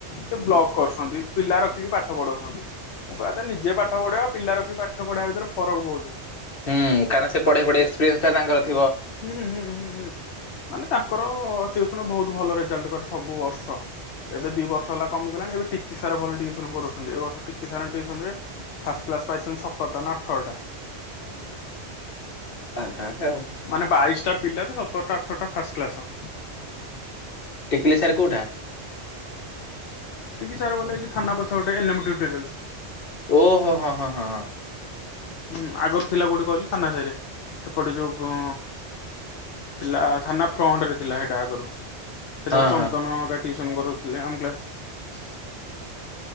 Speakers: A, on the left (about 75°); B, on the left (about 55°).
A: ସେ ବ୍ଲଗ କରୁଛନ୍ତି ପିଲା ରଖିକି ପାଠ ପଢ଼ଉଛନ୍ତି। ମୋ କହିବା କଥା ନିଜେ ପାଠ ପଢେଇବା ପିଲା ରଖିକି ପାଠ ପଢିବା ଭିତରେ ଫରକ ବହୁତ।
B: ହୁଁ କାରଣ ସେ ପଢ଼େଇ ପଢେଇ ଏକ୍ସପିରିନ୍ସଟା ତାଙ୍କ ଥିବ।
A: ହୁଁ ହୁଁ ହୁଁ ହୁଁ। ମାନେ ତାଙ୍କର ଟିୟୁସନ୍ ବହୁତ ଭଲ ରେଜଲ୍ଟ କରେ ସବୁ ବର୍ଷ। ଏବେ ଦି ବର୍ଷ ହେଲା କମିଗଲାଣି ଏବେ ଟିକିସାର ଭଲ ଟିୟୁସନ କରଉଛନ୍ତି ଏ ବର୍ଷ ଟିକିସାର ଟିୟୁସନ ରେ ଫାର୍ଷ୍ଟ କ୍ଲାସ ପାଇଛନ୍ତି ସତର ଟା ନା ଅଠରଟା।
B: ଆଉ ତା ସେ ଆଉ।
A: ମାନେ ବାଇଶଟା ପିଲାରୁ ସତରଟା ଅଠରଟା ଫାଷ୍ଟ କ୍ଲାସ।
B: ଟିକିଲି ସାର୍ କୋଉଟା।
A: ଟିକି ସାର୍ ଗୋଟେ ଏଇ ଥାନା ପଛ ପଟେ <unintelligible>
B: ଓ ହୋ ହଁ ହଁ ହଁ ହଁ।
A: ଉଁ ଆଗରୁ ଥିଲା କୋଉଠି କହିଲୁ ଥାନା ସାହିରେ ସେପଟେ ଯୋଉ ଥିଲା ଥାନା ଫ୍ରଣ୍ଟ ରେ ଥିଲା ସେଇଟା ଆଗରୁ ସେତେବେଳେ
B: ହଁ
A: ଚନ୍ଦନ କା ଟ୍ୟୁସନ କରଉଥିଲେ ଆମ କ୍ଲାସ